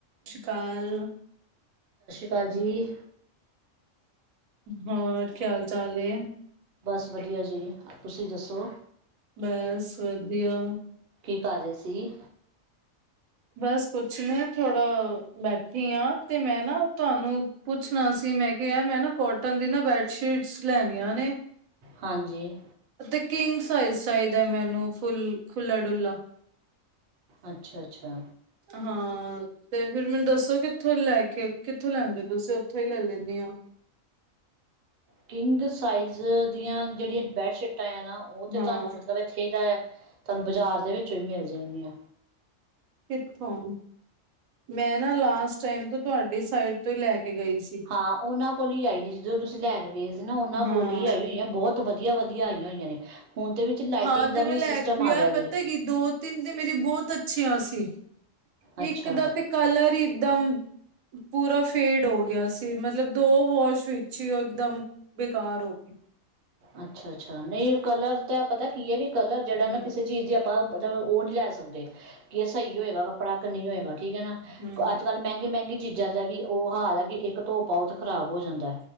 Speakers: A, on the right (about 85°); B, on the right (about 55°).
A: ਸਤਿ ਸ਼੍ਰੀ ਕਾਲ,
B: ਕਾਲ ਜੀ,
A: ਹੋਰ ਕੀ ਹਾਲ ਚਾਲ ਹੈ?
B: ਬਸ ਵਧੀਆ ਜੀ, ਤੁਸੀਂ ਦੱਸੋ?
A: ਬਸ ਵਧੀਆ,
B: ਵੀ ਕਰ ਰਹੇ ਸੀ?
A: ਬਸ ਕੁਛ ਨੀ ਥੋੜਾ ਬੈਠੀ ਹਾਂ ਤੇ ਮੈਂ ਨਾ ਤੁਹਾਨੂੰ ਪੁੱਛਣਾ ਸੀ ਮੈਂ ਕਿਹਾ ਯਾਰ ਮੈਂ ਨਾ ਕੋਟਨ ਦੀ ਨਾ ਬੈਡਸ਼ੀਟਸ ਲੈਣੀਆਂ ਨੇ,
B: ਹਾਂਜੀ
A: ਅਤੇ ਕਿੰਗਸ ਸਾਈਜ਼ ਚਾਹੀਦਾ ਹੈ ਮੈਨੂੰ ਫੁੱਲ ਖੁਲਾ ਡੁਲਾ,
B: ਅੱਛਾ-ਅੱਛਾ,
A: ਹਾਂ ਤੇ ਫਿਰ ਮੈਨੂੰ ਦੱਸੋ ਕਿੱਥੋਂ ਲੈ ਕੇ ਕਿੱਥੋਂ ਲੈਂਦੇ ਤੁਸੀਂ ਉੱਥੋਂ ਹੀ ਲੈ ਲੈਂਲੇ ਆ।
B: ਕਿੰਗ ਸਾਈਜ਼ ਦੀਆਂ ਜਿਹੜੀਆਂ ਬੈਡਸ਼ੀਟ, ਨਾ ਉਹ ਤੇ
A: ਹਾਂ
B: ਤੁਹਾਨੂੰ ਮਤਲਬ ਇੱਥੇ ਹੀ ਤੁਹਾਨੂੰ ਬਾਜ਼ਾਰ ਦੇ ਵਿੱਚ, ਵਿੱਚੋਂ ਮਿਲ ਜਾਣ ਗੀਆਂ।
A: ਕਿਥੋਂ ਮੈਂ ਨਾ ਲਾਸਟ ਟਾਈਮ ਤੋਂ ਤੁਹਾਡੀ ਸਾਈਟ ਤੋਂ ਹੀ ਲੈ ਕੇ, ਗਈ ਸੀ
B: ਹਾਂ ਉਹਨਾਂ ਕੋਲ ਹੀ ਆਈ ਦੀ ਜਦੋਂ ਤੁਸੀਂ ਲੈ ਕੇ ਗਏ ਸੀ ਨਾ ਉਹਨਾਂ ਕੋਲ
A: ਹਾਂ
B: ਹੀ ਆਈ ਹੋਈ ਆ ਬਹੁਤ ਵਧੀਆ ਵਧੀਆ-ਵਧੀਆ ਆਈਆਂ ਹੋਈਆਂ ਨੇ, ਹੁਣ ਤੇ ਵਿੱਚ ਲਾਈਟਿੰਗ
A: ਹਾਂ
B: ਦਾ
A: ਤੇ
B: ਵੀ
A: ਮੈਂ ਲੈ
B: ਸਿਸਟਮ
A: ਕੇ
B: ਆ
A: ਯਾਰ
B: ਗਿਆ ਜੇ
A: ਪਤਾ ਕਿ ਦੋ ਤਿੰਨ ਦੀ ਮੇਰੀ ਬਹੁਤ ਅੱਛੀਆਂ ਸੀ।
B: ਅੱਛਾ
A: ਇੱਕ ਦਾ ਤੇ ਕਲਰ ਹੀ ਇਕਦਮ ਪੂਰਾ ਫੇਡ ਹੋ ਗਿਆ ਸੀ, ਮਤਲਬ ਦੋ ਵਾਸ਼ ਵਿੱਚ ਹੀ ਉਹ ਇਕਦਮ ਬੇਕਾਰ ਹੋ ਗਈ।
B: ਅੱਛਾ-ਅੱਛਾ, ਨਹੀਂ ਕਲਰ ਤਾਂ ਪਤਾ ਕੀ ਹੈ ਕਿ ਕਲਰ ਜਿਹੜਾ ਨਾ
A: ਹੂੰ
B: ਕਿਸੇ ਚੀਜ਼ ਦੀ ਆਪਾਂ ਮਤਲਬ ਉਹ ਨਹੀਂ ਲੈ ਸਕਦੇ ਕਿ ਇਹ ਸਹੀ ਹੋਏਗਾ ਕੱਪੜਾ ਕੇ ਨਹੀਂ ਹੋਏਗਾ। ਠੀਕ ਹੈ ਨਾ
A: ਹੂੰ
B: ਅੱਜ ਕੱਲ ਮਹਿੰਗੇ-ਮਹਿੰਗੇ, ਚੀਜ਼ਾਂ ਦਾ ਵੀ ਉਹ ਹਾਲ ਹੈ ਕਿ ਇੱਕ ਧੋ ਪਾਓ ਖ਼ਰਾਬ ਹੋ ਜਾਂਦਾ।